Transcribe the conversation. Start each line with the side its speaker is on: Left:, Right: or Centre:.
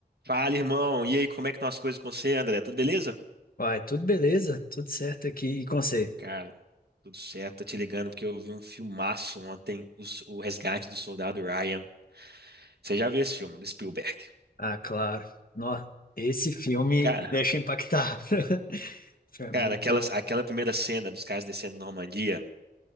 Right: Fala, irmão. E aí, como é que estão as coisas com você, André? Tudo beleza?
Left: Vai, tudo beleza, tudo certo aqui e com você?
Right: Cara, tudo certo. Tô te ligando porque eu vi um filmaço ontem, o, o Resgate do Soldado Ryan. Você já viu esse filme, do Spielberg?
Left: Ah, claro. Nossa, esse filme
Right: Cara,
Left: me deixa impactado. <laughs> Foi muito
Right: cara, aquela,
Left: bom.
Right: aquela primeira cena dos caras descendo na Normandia,